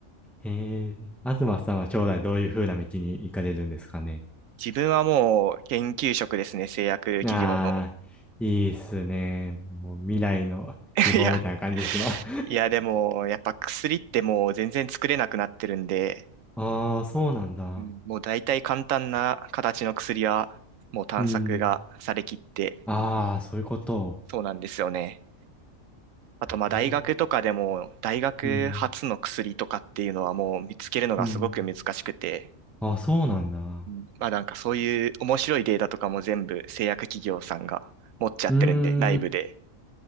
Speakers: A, in the centre; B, on the right.
A: ええ東さんは将来どういう風な道に行かれるんですかね。
B: 自分はもう研究職ですね、製薬企業の。
A: ああ、いいっすね。もう未来の希望みたいな感じですの。
B: <laughs> いや、
A: <laughs>
B: いやでも、やっぱ薬ってもう全然作れなくなってるんで、
A: ああ、そうなんだ。
B: うん、もう大体簡単な形の薬はもう探索がされきって、
A: うん。ああ、そういうこと。
B: そうなんですよね。あとまあ大学とかでも大学発の薬とかっていうのはもう見つけるのがすごく難しくて、
A: えー、うん。うん。あ、そうなんだ。
B: うんまあなんかそういう面白いデータとかも全部製薬企業さんが持っちゃってるんで、
A: うーん。
B: 内部で。